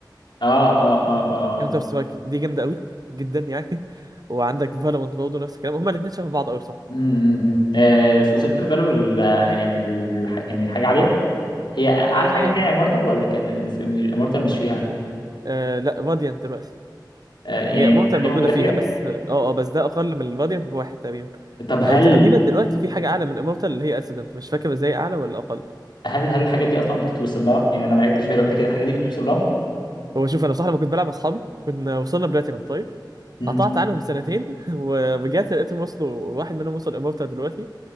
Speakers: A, on the left; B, on the right.
A: اه اه اه اه
B: كاونتر
A: اه
B: سترايك دي جامده قوي جدا يعني <laughs> وعندك فالورانت برضه نفس الكلام هما الاثنين شبه بعض قوي بصراحه
A: امم آه في
B: و-
A: وصلت الفالو ال- يعني الح... يعني الحاجه عاليه هي اعلى
B: آه،
A: حاجه فيها امورتال ولا كان امورتال مش فيها
B: آه، لا فاديانت دلوقتي
A: آه يعني
B: هي
A: امورتال
B: مورتال
A: دي
B: موجوده
A: موجوده
B: فيها
A: فيها
B: بس اه اه بس ده اقل من الفاديانت بواحد تقريبا
A: طب هل
B: او تقريبا دلوقتي في حاجه اعلى من امورتال اللي هي اسيدنت مش فاكر ازاي اعلى ولا اقل
A: هل هل الحاجات دي اصلا بتتوصل لها يعني انا ما لعبتش بالي قبل كده الحاجات دي بتوصل لها
B: هو شوف انا بصراحه لما كنت بلعب مع اصحابي كنا وصلنا بلاتينوم طيب
A: امم
B: قطعت عنهم سنتين <laughs> ورجعت لقيتهم وصلوا واحد منهم وصل امورتال دلوقتي